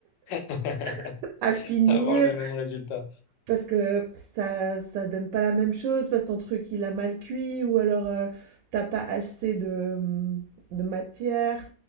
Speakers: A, on the left; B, on the right.
A: <laughs>
B: <laughs> à finir,
A: avoir le même résultat.
B: parce que ça ça donne pas la même chose, parce que ton truc il a mal cuit, ou alors euh, t'as pas assez de, mmh, de matière,